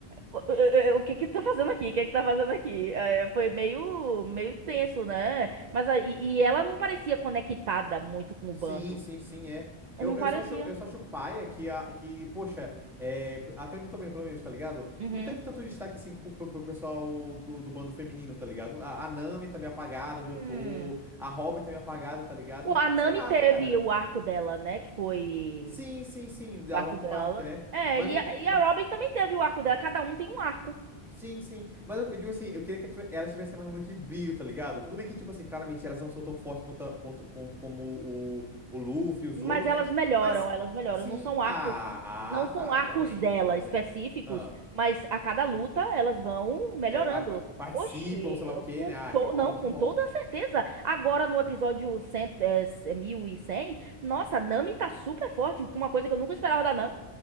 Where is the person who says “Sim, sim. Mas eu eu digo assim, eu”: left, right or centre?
Centre